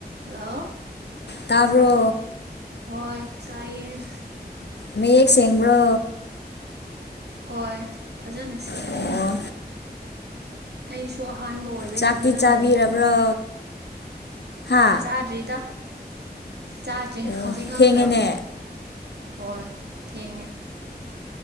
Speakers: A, on the right; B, on the left.
A: hello
B: ꯇꯥꯕ꯭ꯔꯣ
A: ꯍꯣꯏ ꯇꯥꯏꯌꯦ
B: ꯃꯌꯦꯛ ꯁꯦꯡꯕ꯭ꯔꯣ
A: ꯍꯣꯏ ꯐꯖꯅ ꯁꯦꯡꯉꯦ
B: ꯑꯣ
A: ꯑꯩꯁꯨ ꯑꯍꯥꯟꯕ ꯑꯣꯏꯕꯒꯤ
B: ꯆꯥꯛꯇꯤ
A: ꯐꯖꯅꯔꯤ
B: ꯆꯥꯕꯤꯔꯕ꯭ꯔꯣ ꯍꯥ
A: ꯆꯥꯔꯔꯤꯗ ꯆꯥꯗ꯭ꯔꯤ
B: ꯑꯣ
A: ꯍꯧꯖꯤꯛ ꯉꯥꯛꯇꯪ
B: ꯊꯦꯡꯉꯦꯅꯦ
A: ꯍꯣꯏ ꯊꯀ